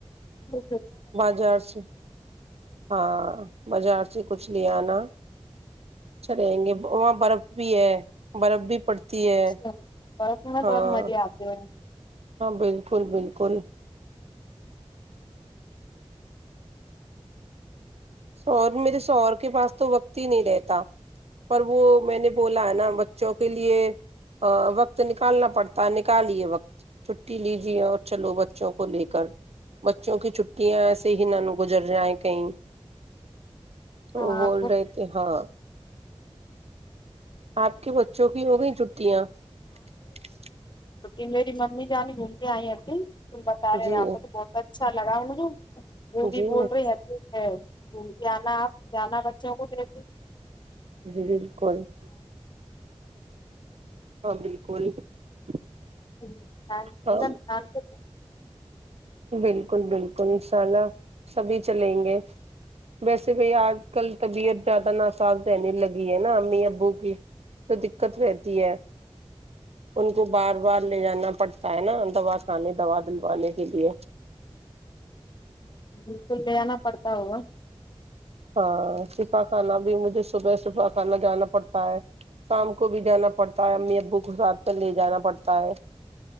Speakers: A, on the left; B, on the right.
A: ہ
B: بازار سے ہاں بازار سے <unintelligible> سے کچھ لے آنا چلیں گے وہاں برف بھی ہے برف بھی <unintelligible>
A: اچھا
B: ہے
A: برس میں
B: ہاں
A: بہت مزے آتے ہیں <unintelligible>
B: ہاں بالکل بالکل <unintelligible> ش میرے شوہر کے پاس تو وقت ہی نہیں رہتا پر وہ میں نے بولا ہے نا بچوں کے لیے وقت نکالنا پڑتا نکالیے وقت چھٹی لیجے اور چلو بچوں کو لے کر بچوں کی چھٹیاں ایسے ہی نہ گزر جائیں کہیں <unintelligible> تو
A: ہاں
B: وہ بول رہے تھے ہاں <unintelligible> آپ کے بچوں کی ہو گئی چھٹیاں <unintelligible>
A: ان <unintelligible> می ممی جانانیے گھوم کے آئی اھی تم بتا رہے
B: جی
A: ہیں یہ آپ کو تو بہت اچھا لگا مجھے وہ بھی
B: جی
A: بول رہے ہیں جانا آپ جانا چ کو دے
B: جی بالکل <unintelligible> ہاں بالکل <unintelligible>
A: ہ ت
B: ہاں
A: ک <unintelligible>
B: بالکل بالکل انشاء اللہ سبھی چلیں گے ویسے بھائی آج کل طبیعت زیادہ ناسااز رہنے لگی ہے نا امی ابو کی تو دقت رہتی ہے <unintelligible> ان کو بار بار <unintelligible> لے جانا پڑتا ہے نا دوا کھانے دوا دلوانے کے لیے <unintelligible>
A: بالکل لےانا پڑتا ہوا <unintelligible>
B: ہاں شفا خانہ بھی مجھے صبح شفا خانہ جانا پڑتا ہے شام کو بھی جانا پڑتا ہے امی ابو کو ساتھ میں لے جانا پڑتا ہے